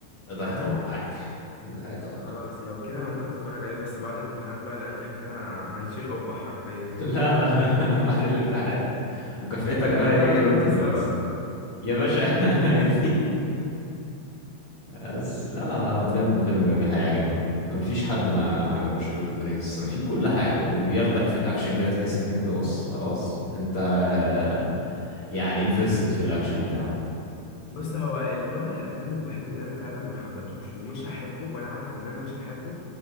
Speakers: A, on the left; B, on the left.
A: ده
B: فاهم
A: هيطول معاك <laughs> ده هيطول
B: خلاص
A: معاك
B: لو كده انا ممكن اتفرج عليه بس بعد الامتحانات بقى لان احنا كده هنشيل قبة حرفيا
A: <laughs> لا
B: <laughs>
A: لا <laughs> بعد الامتحانات مكافئتك
B: وفي الاخر
A: بقى ايه
B: اجي اقول لك
A: لورد
B: انت
A: اوف
B: السبب
A: ذا رينجز يا باشا <laughs> بس لا لا فيلم فيلم جميل هيعجبك مفيش حد ما عجبوش لورد اوف ذا رينجز في كل حاجه وبياخدك في الاكشن كده تحس انك انت بص خلاص انت آه، يعني انفستد في الاكشن بتاعه
B: بص هو ال- نوع الافلام الوحيد اللي انا فعلا ما حبتوش ومش هحبه وانا عارف ان انا مش هحبه